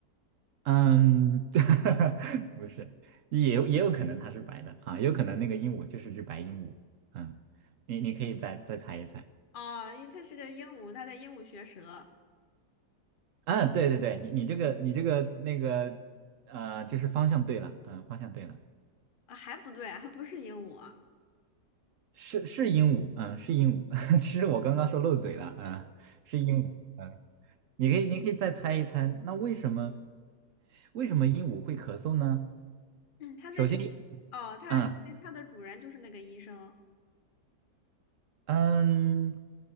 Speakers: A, on the right; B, on the left.
A: 嗯，<laughs> 不是，也有也有可能它是白的啊，也有可能那个鹦鹉就是只白鹦鹉。嗯，你你可以再再猜一猜。
B: 哦，因为它是个鹦鹉，它在鹦鹉学舌
A: 啊，对对对，你你这个你这个那个呃，就是方向对了，嗯，方向对了，
B: 啊，还不对，还不是鹦鹉啊
A: 是是鹦鹉，嗯，是鹦鹉。<laughs> 其实我刚刚说漏嘴了，嗯，是鹦鹉，嗯，你可以你可以再猜一猜，那为什么为什么鹦鹉会咳嗽呢？
B: 嗯，它在学
A: 首先，
B: 哦，它因为它的主人就是那个医生，
A: 嗯嗯，